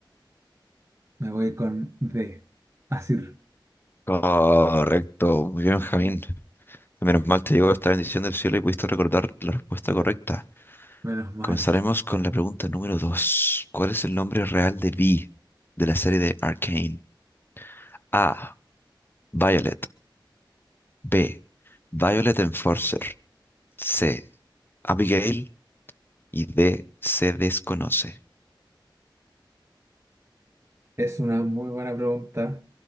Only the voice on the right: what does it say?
me voy con D. Asir.
Ah,
Menos mal.
Es una muy buena pregunta.